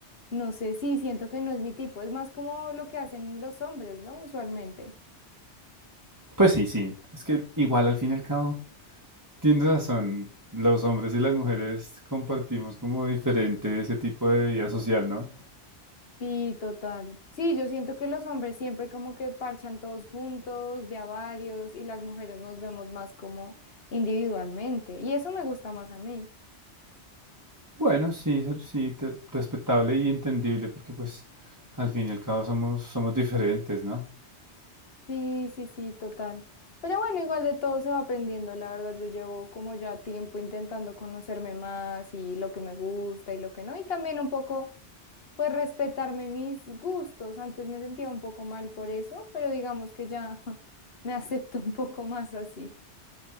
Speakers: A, on the left (about 55°); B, on the right (about 15°).
A: no sé, sí, siento que no es mi tipo. Es más como lo que hacen los hombres, ¿no? Usualmente.
B: Pues sí, sí, es que igual al fin y al cabo tienes razón, los hombres y las mujeres compartimos como diferente ese tipo de vida social, ¿no?
A: Sí, total. Sí, yo siento que los hombres siempre como que parchan todos juntos, de a varios, y las mujeres nos vemos más como individualmente. Y eso me gusta más a mí.
B: Bueno, sí, ser- sí, te- respetable y entendible, porque pues al fin y al cabo somos, somos diferentes, ¿no?
A: Sí, sí, sí, total. Pero bueno, igual de todo se va aprendiendo, la verdad. Yo llevo como ya tiempo intentando conocerme más y lo que me gusta y lo que no. Y también un poco, pues, respetarme mis gustos. Antes me sentía un poco mal por eso, pero digamos que ya <laughs> me acepto un poco más así.